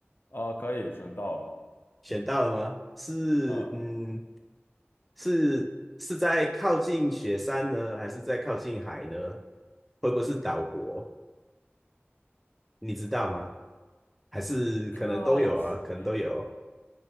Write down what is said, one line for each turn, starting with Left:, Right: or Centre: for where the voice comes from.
Left: 呃可以选到了，
Centre: 选到了吗？是嗯，
Left: 嗯，
Centre: 是是在靠近雪山呢，还是在靠近海呢？会不会是岛国？你知道吗？还是可能都有啊，
Left: 靠近，
Centre: 可能都有。